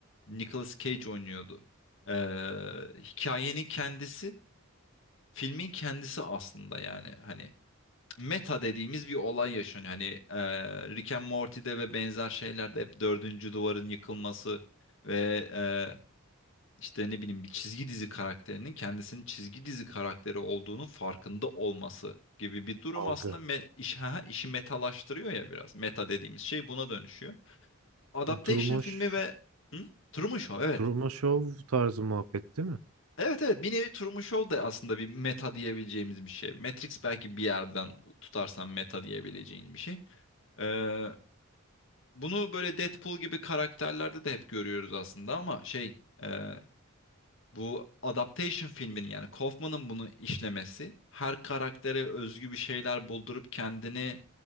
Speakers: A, on the left; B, on the right.
A: Nicolas Cage oynuyordu. Ee, hikayenin kendisi, filmin kendisi aslında yani. Hani meta dediğimiz bir olay yaşanıyor. Hani e, Rick and Morty'de ve benzer şeylerde hep dördüncü duvarın yıkılması ve e, işte ne bileyim bir çizgi dizi karakterinin kendisinin çizgi dizi karakteri olduğunu farkında olması gibi bir durum
B: Algı.
A: aslında me- iş, ha, işi metalaştırıyor ya biraz. Meta dediğimiz şey buna dönüşüyor. Adaptation
B: Bu Truman,
A: filmi
B: Ş-
A: ve hı? Truman Show evet.
B: Truman Show tarzı muhabbet değil mi?
A: Evet evet bir nevi Truman Show da aslında bir meta diyebileceğimiz bir şey. Matrix belki bir yerden tutarsan meta diyebileceğin bir şey. Ee, Bunu böyle Deadpool gibi karakterlerde de hep görüyoruz aslında ama şey e, bu adaptation filminin yani Kaufman'ın bunu işlemesi her karaktere özgü bir şeyler buldurup kendini